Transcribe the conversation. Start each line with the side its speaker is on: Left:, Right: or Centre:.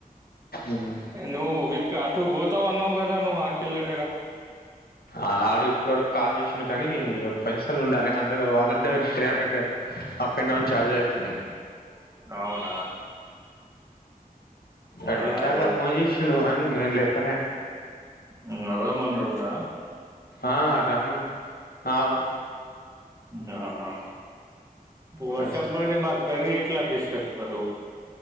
Left: ఉమ్
Right: నువ్వు విట్ అటుపోతే త్తవ్ అన్నావ్ కదా నువ్ అఖిల్ దగ్గర
Left: ఆడు ఇప్పడవరకు కాల్ చేశెండు కానీ ఇగ పైసలు ఉండాలె అందరు పోవాలంటే త్రీ హండ్రెడ్ త్రి హం అప్ అండ్ డౌన్ ఛార్జ్ ఆయుతున్నాయ్
Right: అవునా
Left: అడ్
Right: ఆ!
Left: ఇందాకా
Right: అదే
Left: ఫోన్ చేశిండు కానీ నేను లేపలే
Right: ఉమ్ అదేమన్ రూటా
Left: ఆ రమ్మన్ ఆ వు
Right: ఉమ్ అహా వర్షం
Left: పైసా
Right: పడితే మాక్ కర్రీ ఎట్లా దిస్ హలో